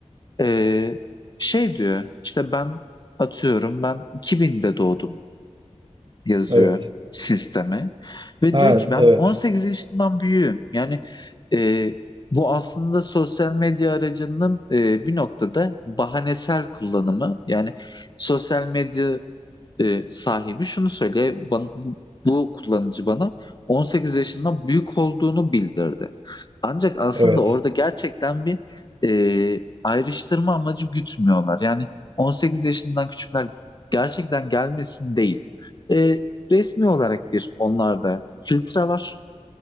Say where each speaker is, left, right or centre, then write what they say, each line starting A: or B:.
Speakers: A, on the left; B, on the right.
A: e, şey diyor işte ben atıyorum ben 2000'de doğdum yazıyor
B: Evet.
A: sisteme ve
B: Ha
A: diyor ki ben
B: evet.
A: 18 yaşından büyüğüm. Yani e, bu aslında sosyal medya aracının e, bir noktada bahanesel kullanımı. Yani sosyal medya e, sahibi şunu söyle bana, bu, bu kullanıcı bana 18 yaşından büyük olduğunu bildirdi. Ancak aslında
B: Evet.
A: orada gerçekten bir e, ayrıştırma amacı gütmüyorlar. Yani 18 yaşından küçükler gerçekten gelmesin değil. E, resmi olarak bir onlarda filtre var.